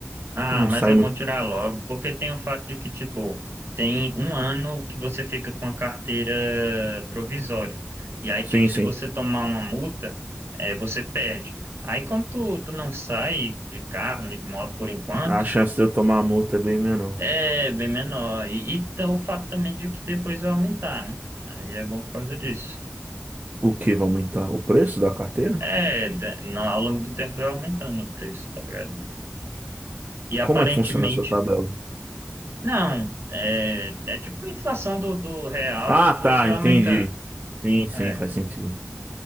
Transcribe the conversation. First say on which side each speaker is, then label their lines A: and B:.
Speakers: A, on the right; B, on the right.
A: Ah,
B: Eu não
A: mas
B: saio
A: é bom
B: muito.
A: tirar logo, porque tem o fato de que, tipo, tem um ano que você fica com a carteira provisória. E aí,
B: Sim,
A: tipo, se
B: sim.
A: você tomar uma multa, é, você perde. Aí, como tu, tu não sai de carro, nem de moto por enquanto,
B: A chance de eu tomar a multa é bem menor.
A: é bem menor. E, e tá o fato também de que depois vai aumentar, né? Aí é bom por causa disso.
B: O que vai aumentar? O preço da carteira?
A: É, de- na- ao longo do tempo vai aumentando o preço, tá ligado? E aparentemente
B: Como é que funciona essa tabela?
A: Não, é, é tipo a inflação do, do real
B: Ah,
A: depois
B: tá,
A: vai
B: entendi.
A: aumentando.
B: Sim, sim,
A: É.
B: faz sentido.